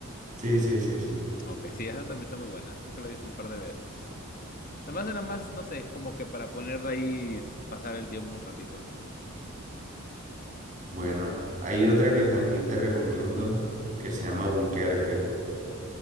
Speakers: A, on the right; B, on the left.
A: Sí, sí, sí, sí.
B: Ok, sí, esa también está muy buena. Creo que la he visto un par de veces. Además, era más, no sé, como que para ponerla ahí y pasar el tiempo un ratito.
A: Bueno, hay otra que también te recomiendo que se llama Dunkerque,